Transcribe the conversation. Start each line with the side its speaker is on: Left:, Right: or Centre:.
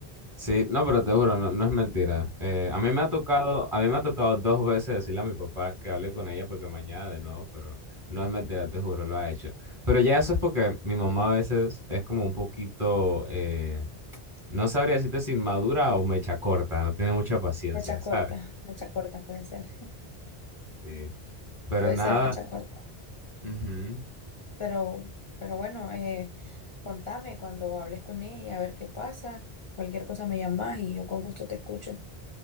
Right: sí, no, pero te juro, no, no es mentira. Eh, a mí me ha tocado, a mí me ha tocado dos veces decirle a mi papá que hable con ella porque mañana de nuevo, pero no es mentira, te juro, lo ha hecho. Pero ya eso es porque mi mamá a veces es como un poquito... eh, No sabría decirte si inmadura o mecha corta, no tiene mucha paciencia,
Left: Mecha
Right: ¿sabes?
Left: corta, <laughs> mecha corta puede ser,
Right: Sí.
Left: <laughs>
Right: Pero
Left: puede
Right: nada,
Left: ser mecha corta.
Right: ujú,
Left: Pero, pero bueno, eh, contame cuando hables con ella, a ver qué pasa. Cualquier cosa me llamas y yo con gusto te escucho.